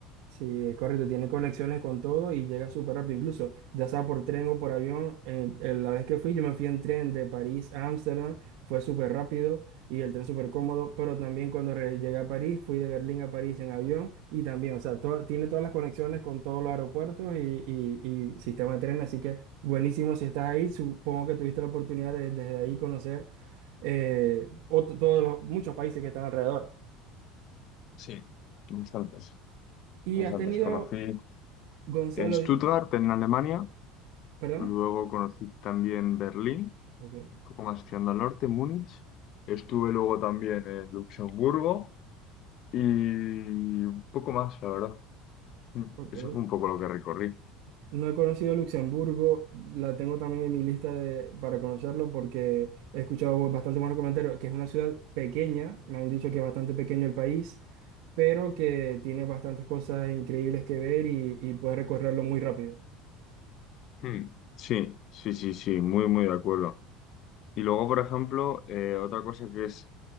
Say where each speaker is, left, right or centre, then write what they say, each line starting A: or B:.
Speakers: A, on the right; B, on the left.
A: Sí, es correcto, tiene conexiones con todo y llega súper rápido, incluso ya sea por tren o por avión. en- en la vez que fui, yo me fui en tren de París a Ámsterdam, fue súper rápido y el tren súper cómodo, pero también cuando re- llegué a París, fui de Berlín a París en avión y también, o sea, to- tiene todas las conexiones con todos los aeropuertos y, y- y sistema de tren, así que buenísimo si estás ahí, supongo que tuviste la oportunidad de desde ahí conocer eh, ot- todos los, muchos países que están alrededor.
B: Sí. Bastantes,
A: ¿Y
B: bastantes.
A: has tenido,
B: Conocí
A: Gonzalo,
B: en Stuttgart,
A: di-
B: en Alemania.
A: perdona?
B: Luego conocí también Berlín,
A: Ok.
B: un poco más tirando al norte, Múnich. Estuve luego también en Luxemburgo y un poco más, la verdad. Mm,
A: Ok.
B: Eso fue un poco lo que recorrí.
A: No he conocido Luxemburgo, la tengo también en mi lista de, para conocerlo porque he escuchado bastante buenos comentarios, que es una ciudad pequeña, me han dicho que es bastante pequeño el país, pero que tiene bastantes cosas increíbles que ver y, y puedes recorrerlo muy rápido.
B: Hmm, Sí, sí, sí, sí, muy, muy de acuerdo. Y luego, por ejemplo, eh, otra cosa que es